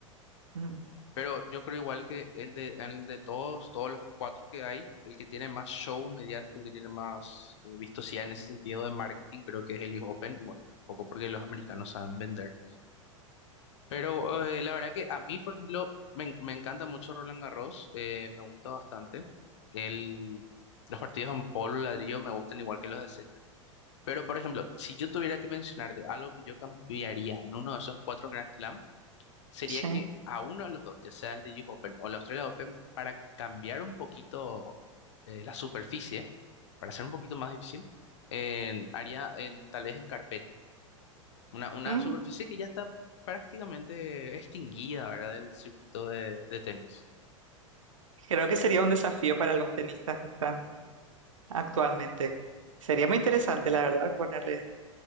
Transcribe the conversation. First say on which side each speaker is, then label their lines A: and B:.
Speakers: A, on the right; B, on the left.
A: Mm,
B: Pero yo creo igual que el de, el de todos, todos los cuatro que hay, el que tiene más show mediático, el que tiene más eh, vistosidad en ese sentido de marketing, creo que es el US Open, y bueno, poco porque los americanos saben vender. Pero eh, la verdad que a mí, por ejemplo, me, en- me encanta mucho Roland Garros, eh, me gusta bastante. El, los partidos en polo ladrillo me gustan igual que los de césped. Pero, por ejemplo, si yo tuviera que mencionarte algo que yo cambiaría en uno de esos cuatro Grand Slam, sería
A: sí.
B: que a uno de los dos, ya sea el de US Open o el Australia Open, para cambiar un poquito eh, la superficie, para hacer un poquito más difícil, en- haría en, tal vez en carpeta. Una, una
A: Mm,
B: superficie que ya está prácticamente extinguida, ¿verdad? Del circuito de, de tenis.
A: creo que sería un desafío para los tenistas que están actualmente. Sería muy interesante, la verdad, ponerle,